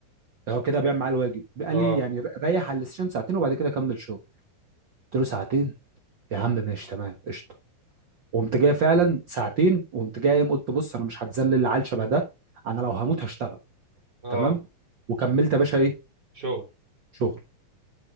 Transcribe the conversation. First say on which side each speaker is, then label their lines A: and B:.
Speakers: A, on the right; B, on the right.
A: هو كده بيعمل معايا الواجب قال
B: اه
A: لي يعني ريح على الستيشن ساعتين وبعد كده كمل شغل قلت له ساعتين يا عم ماشي تمام قشطه وقمت جاي فعلا ساعتين وقمت جاي قايم قلت بص انا مش هتذلل العيال شبه ده انا لو هموت هشتغل
B: اه
A: تمام وكملت يا باشا ايه
B: شغل
A: شغل